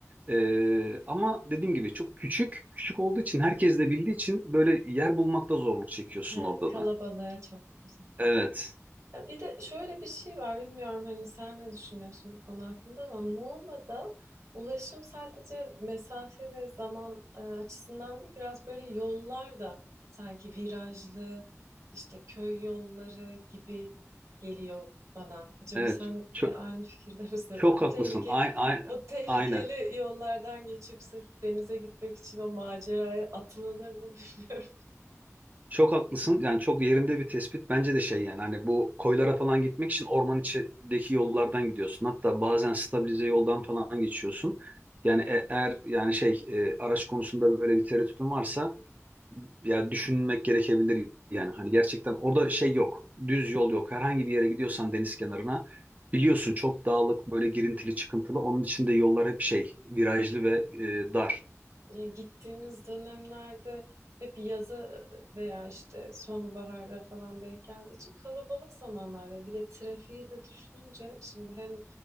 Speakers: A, on the right; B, on the right.
A: E, ama dediğim gibi çok küçük. Küçük olduğu için herkes de bildiği için böyle yer bulmakta zorluk çekiyorsun
B: Ha,
A: orada
B: kalabalığa
A: da.
B: çok o zaman.
A: Evet.
B: Ya bir de şöyle bir şey var, bilmiyorum hani sen ne düşünüyorsun bu konu hakkında ama Muğla'da ulaşım sadece mesafe ve zaman e, açısından değil, biraz böyle yollar da sanki virajlı, işte köy yolları gibi geliyor bana. Acaba
A: Evet.
B: sen
A: Çok,
B: de aynı fikirde misin?
A: çok
B: Ya o
A: haklısın.
B: tehlike,
A: Ay, ay,
B: o tehlikeli
A: aynen.
B: yollardan geçip sırf denize gitmek için o maceraya atılınır mı <laughs> bilmiyorum.
A: Çok haklısın. Yani çok yerinde bir tespit. Bence de şey yani hani bu koylara falan gitmek için orman içindeki yollardan gidiyorsun. Hatta bazen stabilize yoldan falan geçiyorsun. Yani e- eğer yani şey e, araç konusunda böyle bir tereddütün varsa ya düşünmek gerekebilir yani hani gerçekten orada şey yok. Düz yol yok. Herhangi bir yere gidiyorsan deniz kenarına biliyorsun çok dağlık böyle girintili çıkıntılı. Onun için de yollar hep şey virajlı ve e, dar.
B: E, Gittiğimiz dönemlerde hep yaza veya işte sonbahara falan denk geldiği için kalabalık zamanlarda bir de trafiği de düşününce şimdi hem